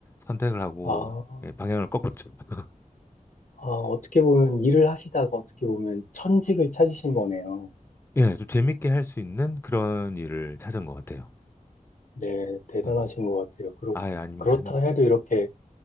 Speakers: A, on the left (about 15°); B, on the left (about 65°).
A: 선택을 하고
B: 아,
A: 예, 방향을 꺾었죠. <laughs>
B: 아, 어떻게 보면 일을 하시다가 어떻게 보면 천직을 찾으신 거네요.
A: 예, 좀 재밌게 할 수 있는 그런 일을 찾은 것 같아요.
B: 네, 대단하신
A: 음.
B: 것 같아요. 그렇,
A: 아예 아닙니다.
B: 그렇다 해도 이렇게,